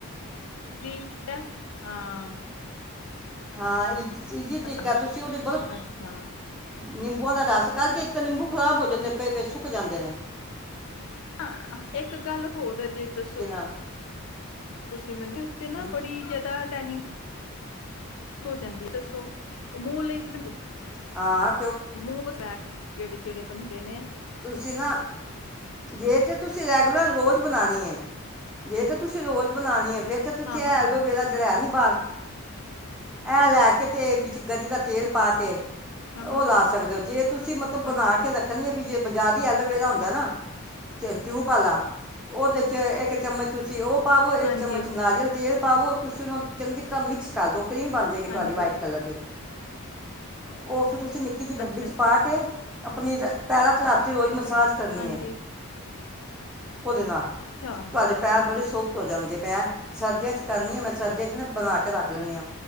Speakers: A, on the left (about 65°); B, in the centre.
A: <unintelligible> ਹਾਂ
B: ਹਾਂ ਇਜ ਇ ਤਿ੍ਕ
A: ਅੱਛਾ
B: ਐ ਤੁਸੀਂ ਉਹਦੇ ਬਰਫ
A: ਅੱਛਾ
B: ਨਿੰਬੂਆਂ ਦਾ ਰਸ ਕੱਢ ਕੇ ਇੱਕ ਤਾਂ ਨਿੰਬੂ ਖ਼ਰਾਬ ਹੋ ਜਾਂਦੇ ਪਏ ਪਏ ਸੁੱਕ ਜਾਂਦੇ ਨੇਂ।
A: ਹਾਂ, ਇੱਕ ਗੱਲ ਹੋਰ ਹੈ ਜੇ ਦੱਸੋ
B: ਕਿਨਾ
A: ਤੁਸੀਂ ਤੇ ਮੈਂਨੂੰ, ਉੱਤੇ ਨਾ
B: ਹੂੰ
A: ਬੜੀ ਜਿਆਦਾ ਟੈਨਿੰਗ ਹੋ ਜਾਂਦੀ ਦੱਸੋ। ਮੂਲੀ ਦੀ
B: ਆ
A: ਮੂੰਹ ਵਸ ਏ ਜਿਹੜੇ ਜਿਹੜੇ ਪਨ ਤੇ ਨੇੇ
B: ਤੁਸੀਂ ਨਾ ਜੇ ਤੇ ਤੁਸੀਂ ਰੈਗੂਲਰ ਰੋਜ਼ ਬਣਾਣੀ ਐ। ਜੇ ਤਾਂ ਤੁਸੀਂ ਰੋਜ਼ ਬਣਾਣੀ ਐ ਫੇਰ ਤਾਂ ਤੁਸੀਂ
A: ਹਾਂ ਹਾਂ
B: ਏਲੋਵੇਰਾ
A: ਹਾਂ
B: ਜਿਹੜਾ ਹੈ ਨੀਂ ਬਾਰ ਇਹ ਲੈ ਕੇ ਤੇ ਵਿੱਚ ਗਰੀ ਦਾ ਤੇਲ ਪਾ ਕੇ
A: ਹਾਂ
B: ਉਹ
A: ਹਾਂ
B: ਲਾ ਸਕਦੇ ਹੋ ਜੇ ਤੁਸੀਂ ਮਤਲਬ
A: ਹਾਂ
B: ਬਣਾ
A: ਹਾਂ
B: ਕੇ ਰੱਖ ਪਾਨੀ ਏ ਜੇ ਬਜ਼ਾਰੋਂ ਐਲੋਵੇਰਾ
A: ਹਾਂ
B: ਹੁੰਦਾ ਨਾ ਤਿਊਹ ਪਾ ਲਾ ਉਹਦੇ ਚ ਇੱਕ ਚਮਚ ਤੁਸੀਂ ਉਹ ਪਾਵੋ ਇੱਕ
A: ਹਾਂਜੀ
B: ਚਮਚ ਨਾਰੀਅਲ ਤੇਲ ਪਾਵੋ ਤੁਸੀਂ ਉਹਨੂੰ ਚੰਗੀ ਤਰ੍ਹਾਂ ਮਿਕਸ ਕਰ ਦੋ ਕਰੀਮ ਬਣ ਜਾਏਗੀ ਤੁਹਾਡੀ
A: ਹਾਂਜੀ
B: ਵਾਈਟ ਕਲਰ ਦੀ ਉਹ ਫਿਰ ਤੁਸੀਂ ਨਿੱਕੀ ਜਿਹੀ ਡੱਬੀ
A: ਅੱਛਾ
B: ਚ
A: ਅੱਛਾ
B: ਪਾ ਕੇ ਆਪਣੀ ਪਹਿਰਾਂ ਰਾਤੀ ਰੋਜ਼ ਮ ਮਸਾਜ ਕਰਨੀ
A: ਹਾਂਜੀ
B: ਹੈ ਉਹਦੇ ਨਾਲ
A: ਅੱਛਾ
B: ਤੁਹਾਡੇ ਪੈਰ ਬੜੇ ਸੋਫਟ ਹੋ ਜਾਣਗੇ ਮੈਂ ਸਰਦੀਆਂ ਚ ਕਰਨੀ ਆ ਮੈਂ ਸਰਦੀਆਂ ਚ ਨਾ ਬਣਾ ਕੇ ਰੱਖ ਲੈਦੀ ਹਾਂ